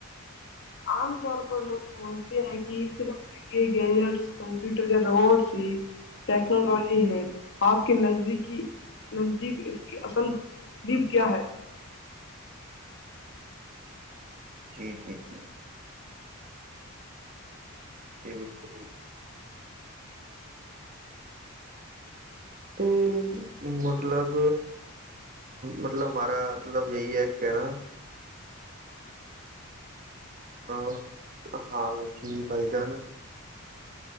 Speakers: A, on the left (about 55°); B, on the right (about 40°).
A: آام توور بو سمجتے ہیں کہ صرف گیجٹس کمپیوٹر روڈس ج ٹیکنالوجی ہیں آپ کے نزد نزدیک اس کی اصل تصلیب کیا ہے
B: جی جی جی جی بالکل بالکل تو مطلب مطلب ہمارا مطلب یہی ہے کہنا ا ہاں جی بھائی جان